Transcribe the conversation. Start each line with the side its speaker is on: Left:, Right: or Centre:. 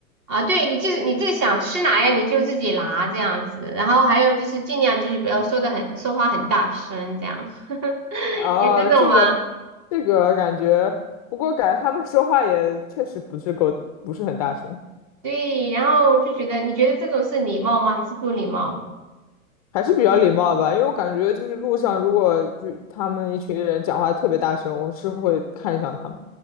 Right: 啊，对，你就是你自己想吃哪样，你就自己拿这样子，然后还有就是尽量就是不要说的很说话很大声这样，<laughs>
Left: 啊，
Right: 有这种吗？
Left: 这个这个感觉，不过感觉他们说话也确实不是够，不是很大声。
Right: 对，然后我就觉得，你觉得这种是礼貌吗？还是不礼貌？
Left: 还是比较礼貌吧，因为我感觉就是路上如果就他们一群人讲话特别大声，我是会看向他们，